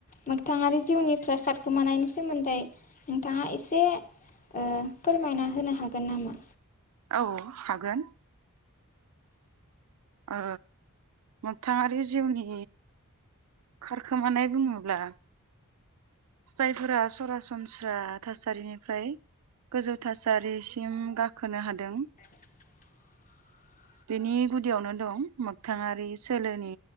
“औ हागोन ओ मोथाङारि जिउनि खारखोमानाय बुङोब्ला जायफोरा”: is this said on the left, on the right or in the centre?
Right